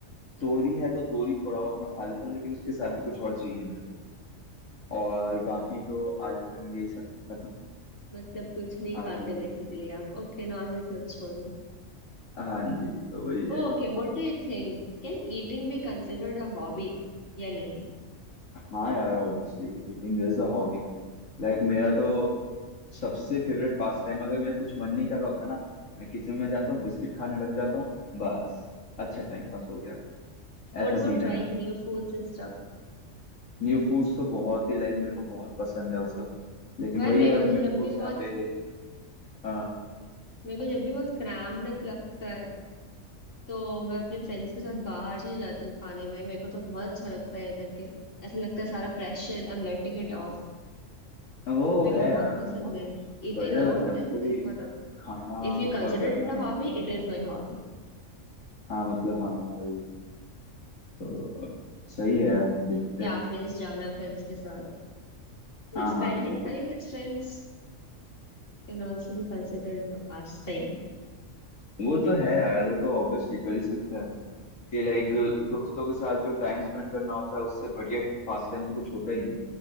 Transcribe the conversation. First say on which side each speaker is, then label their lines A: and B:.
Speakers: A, on the left (about 80°); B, on the left (about 70°).
A: तोरी है तो तोरी थोड़ा बहुत मैं खा लेता हूँ लेकिन उसके साथ भी कुछ और चाहिए मेरे को और
B: खाते।
A: बाकी तो आलू पनीर यही सब खत्म
B: मतलब कुछ नहीं खाते
A: आलू गोभी
B: बेसिकली आप ओके नॉनवेज मत छोड़ लो
A: हाँ जी तो वही है
B: Okay what do you think can eating be considered a hobby या नहीं
A: हाँ यार obviously eating is a hobby Like मेरा तो सबसे फेवरेट पास टाइम अगर मेरा कुछ मन नहीं कर रहा होता ना मैं किचन में जाता हूँ बिस्किट खाने लग जाता हूँ बस अच्छा टाइम पास हो गया
B: What
A: ऐसा
B: about
A: सीन
B: trying
A: है मेरा
B: new foods and stuff
A: न्यू फूड्स तो बहुत ही लाइक मेरे को बहुत पसंद है वो सब लेकिन
B: भाई
A: वही
B: मेरे
A: है, अब
B: को तो
A: न्यू
B: जब
A: फूड्स
B: भी
A: यहाँ
B: बहुत
A: पे हाँ
B: मेरे को जब भी बहुत क्रैम्ड अप लगता है तो मैं अपने फ्रेंड्स के साथ बाहर चली जाती हूँ खाने भाई मेरे को तो बहुत अच्छा लगता है ये करके ऐसा लगता है सारा pressure I am letting it off
A: वो
B: मेरे
A: है
B: को बहुत
A: यार
B: पसंद
A: बहुत
B: है Eating
A: बढ़िया
B: out
A: लगता है मेरे
B: is
A: को भी
B: like one of
A: खाना
B: if you consider
A: और बनाना
B: it a hobby
A: दोनों
B: it is my hobby
A: हाँ मतलब हाँ वही तो सही है देखते
B: Cafes
A: हैं
B: जाना फ्रेंड्स के साथ
A: हाँ
B: spending
A: हाँ
B: time with friends can also be considered a pastime
A: वो तो है यार वो तो ऑब्वियसली कर ही सकते हैं कि लाइक दोस्तों के साथ जो टाइम स्पेंड करना होता है उससे बढ़िया पास टाइम तो कुछ होता ही नहीं